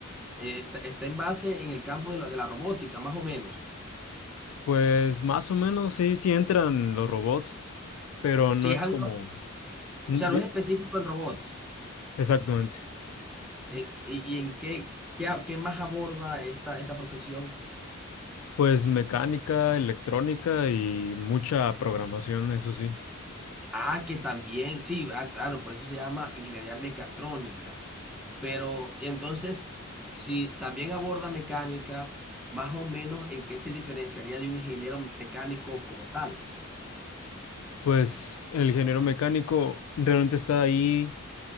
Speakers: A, in the centre; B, on the left (about 80°).
A: eh, está, está en base en el campo de la, de la robótica, más o menos.
B: Pues más o menos sí, sí entran los robots, pero
A: Sí,
B: no es
A: es algo,
B: como... Mm,
A: o sea,
B: di-
A: no es específico en robots.
B: Exactamente.
A: Eh, ¿Y, y en qué, qué, a- qué más aborda esta, esta profesión?
B: Pues mecánica, electrónica y mucha programación, eso sí.
A: Ah, que también, sí, ah, claro, por eso se llama ingeniería mecatrónica. Pero entonces, si también aborda mecánica, más o menos en qué se diferenciaría de un ingeniero mecánico como tal.
B: Pues el ingeniero mecánico realmente está ahí